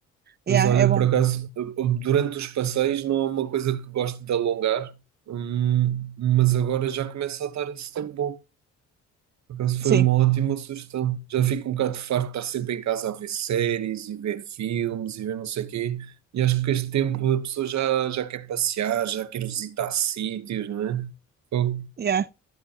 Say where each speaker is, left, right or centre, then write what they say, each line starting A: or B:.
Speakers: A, on the right (about 35°); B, on the right (about 65°).
A: Yeah,
B: Mas olha,
A: é bom.
B: por acaso, durante os passeios não é uma coisa que gosto de alongar. Hum, mas agora já começa a estar esse tempo bom. Por acaso foi
A: Sim,
B: uma ótima sugestão. Já fico um bocado farto de estar sempre em casa a ver séries e ver filmes e ver não sei o quê. E acho que com este tempo a pessoa já, já quer passear, já quer visitar sítios, não é? Fogo.
A: yeah.